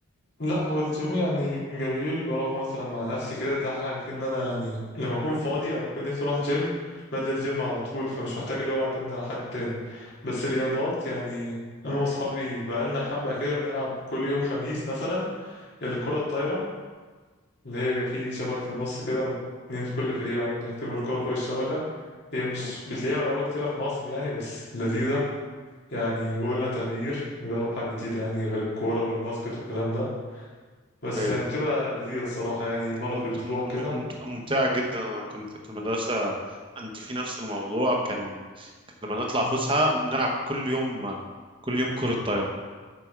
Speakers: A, on the left (about 50°); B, on the right (about 25°).
A: لا هو الجيم يعني جميل بروح مثلا مع نفسي كده ده احلى حاجه فيه ان انا يعني لما اكون فاضي او اكون نفسي اروح جيم بنزل جيم على طول فمش محتاج اللي هو اعتمد على حد تاني بس رياضات يعني انا واصحابي بقالنا حبه كده بنلعب كل يوم خميس مثلا الكره الطايره اللي هي بيبقى فيه شبك في النص كده واتنين في كل فريق يقعدوا يحتفوا الكره فوق الشبكه هي مش
B: مم.
A: بتلاقيها ملعوبه كتيره في مصر يعني بس لذيذه يعني وقلنا تغيير نجرب حاجة جديدة يعني غير الكورة والباسكت والكلام ده بس
B: ايوه
A: يعني بتبقى لذيذة الصراحة يعني مرة
B: ممت...
A: في الأسبوع
B: مم- ممت...
A: كده
B: ممتعة جدا انا كنت في المدرسة انت في نفس الموضوع كان كنت لما نطلع
A: مم.
B: فسحة بنلعب كل يوم كل يوم كرة طايرة